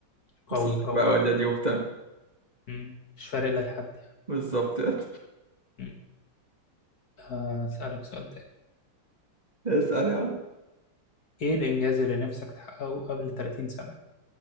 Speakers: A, on the left; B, on the right.
A: قوي
B: سألك
A: قوي
B: بقى ودادي
A: قوي
B: وبتاع
A: مم. مش فارق لك حد يعني
B: بالظبط <laughs> يعني
A: مم. هسألك سؤال تاني
B: اسأل يا عم
A: ايه الإنجاز اللي نفسك تحققه قبل 30 سنة